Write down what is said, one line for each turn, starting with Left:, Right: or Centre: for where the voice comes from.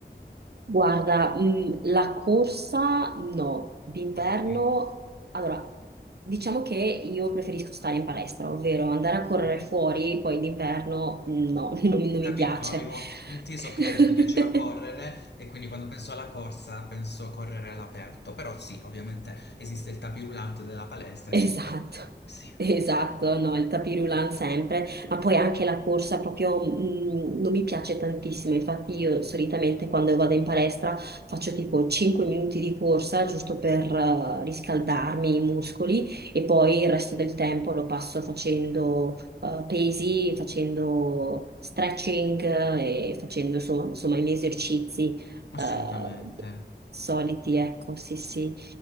Right: Guarda, mh, la corsa no, d'inverno,
Left: Ok.
Right: allora, diciamo che io preferisco stare in palestra, ovvero andare a correre
Left: Mhm.
Right: fuori, poi d'inverno no, <laughs> non, non
Left: Ho capito,
Right: mi piace.
Left: avevo inteso
Right: <laughs>
Left: che ti piaceva correre e quindi quando penso alla corsa penso a correre all'aperto, però sì, ovviamente esiste il tapirulante della palestra, e
Right: Esatto,
Left: ci sta. Sì,
Right: esatto, no, il tapirulan sempre, ma poi anche la corsa proprio mm, non mi piace tantissimo, infatti io solitamente quando vado in palestra faccio tipo 5 minuti di corsa giusto per eh, riscaldarmi i muscoli e poi il resto del tempo lo passo facendo eh, pesi, facendo stretching eh, e facendo so- insomma i miei esercizi eh,
Left: assolutamente,
Right: soliti, ecco, sì sì.